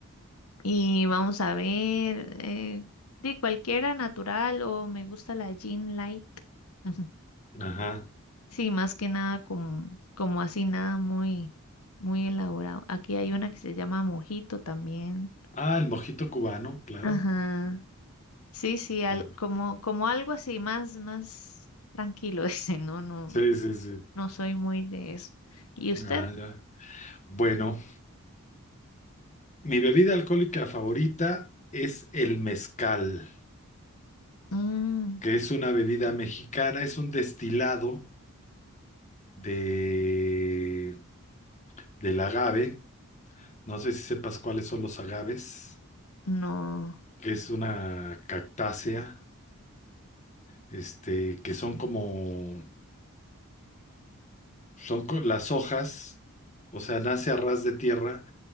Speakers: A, on the left (about 80°); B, on the left (about 30°).
A: Y vamos a ver, eh, de cualquiera natural o me gusta la Jean Light. <laughs>
B: Ajá.
A: Sí, más que nada como, como así, nada muy, muy elaborado. Aquí hay una que se llama mojito también.
B: Ah, el mojito cubano, claro,
A: Ajá. Sí, sí, al-
B: claro.
A: como, como algo así, más, más tranquilo <laughs> ese, no, no,
B: Sí, sí, sí.
A: no soy muy de eso. ¿Y usted?
B: Ah, ya. Bueno, mi bebida alcohólica favorita es el mezcal.
A: Mm,
B: que es una bebida mexicana, es un destilado de, del agave. No sé si sepas cuáles son los agaves,
A: no.
B: que es una cactácea, este, que son como, son co- las hojas, o sea, nace a ras de tierra